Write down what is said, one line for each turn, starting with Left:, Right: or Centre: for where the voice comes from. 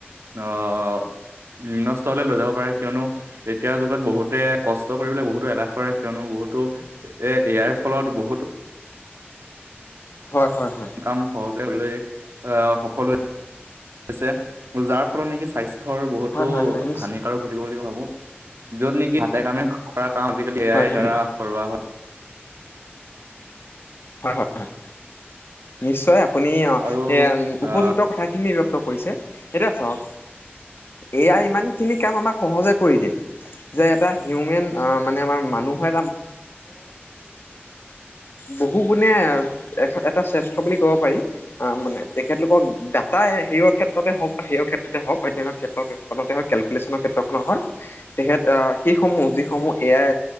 Right: আহ নিম্ন স্তৰলৈ লৈ যাব পাৰে <unintelligible> কিয়নো, এতিয়াৰ যুগত বহুতে কষ্ট কৰিবলে বহুত। কিয়নো বহুতো এ, অই ফলত বহুতো।
Left: হয় হয় হয়।
Right: কাম সহজে আহ সফল হৈ। হৈছে যাৰ ফলত নেকি স্বস্থ। ৰ বহুতো
Left: হয় হয় হয় নিশ্চ
Right: হানিকাৰক ঘটিব বুলি মই ভাবো। য'ত নেকি, হাতে কামে কৰা। কাম আজিকালি। এ
Left: হয়
Right: আইৰ
Left: হয়
Right: দ্বাৰা কৰোৱা হয়।
Left: হয় হয় হয়, নিশ্চয়। আপুনি অ
Right: আৰু
Left: এ উপযুক্ত
Right: আহ
Left: কথাখিনি ব্যক্ত <unintelligible> এতিয়া চাওক, এ আই ইমানখিনি কাম অমাক সহজে। কৰি দিয়ে, যে এটা হিওমেন আ মানে আমা মানুহৰ। ৈ <unintelligible> বহু গুণে এ এটা শ্ৰেষ্ঠ বুলি ক'ব পাৰি, আ মানে তেখেতলোকক ডাটাাই। সেই কেত্ৰতে হওক বা সেইৰ ক্ষেত্ৰতে হওক। অন্যান্য ক্ষেত্ৰত খনতে হওক। ক্ষেত্ৰখনৰ হয় তেখেত। আহ সেইসমূহ, যিসমূহ এয়াই